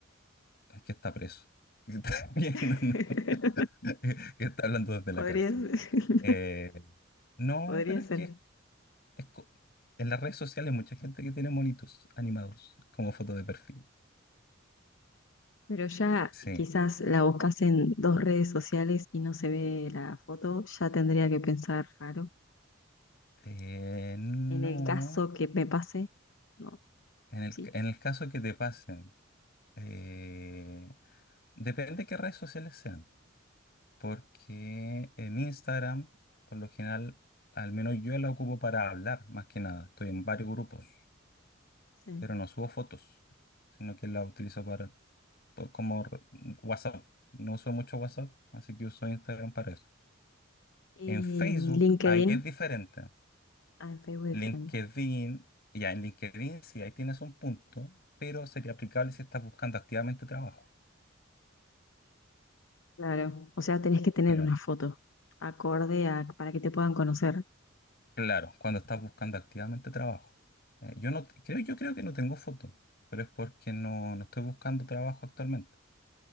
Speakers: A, on the left; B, on the left.
A: Es que está preso. <laughs> Que está viendo,
B: <laughs>
A: ¿no? <laughs> Que está hablando desde
B: Podría
A: la cárcel.
B: ser, <laughs>
A: Eh, no,
B: podría
A: pero es
B: ser.
A: que es co- en las redes sociales hay mucha gente que tiene monitos animados como foto de perfil.
B: Pero ya
A: Sí.
B: quizás la buscas en dos redes sociales y no se ve la foto, ya tendría que pensar raro.
A: Eh, no,
B: En el caso que me pase, no,
A: en el,
B: sí,
A: en el caso que te pasen, eh, depende de qué redes sociales sean, porque en Instagram, por lo general, al menos yo la ocupo para hablar, más que nada. Estoy en varios grupos,
B: sí.
A: pero no subo fotos, sino que la utilizo para, pues, como re- WhatsApp. No uso mucho WhatsApp, así que uso Instagram para eso.
B: Y
A: En Facebook,
B: LinkedIn,
A: ahí es diferente.
B: ah, en Facebook diferente.
A: LinkedIn, ya en LinkedIn sí, ahí tienes un punto, pero sería aplicable si estás buscando activamente trabajo.
B: Claro, o sea, tenés que tener
A: Claro.
B: una foto acorde a para que te puedan conocer.
A: Claro, cuando estás buscando activamente trabajo. Eh, yo no t- creo, yo creo que no tengo foto, pero es porque no, no estoy buscando trabajo actualmente.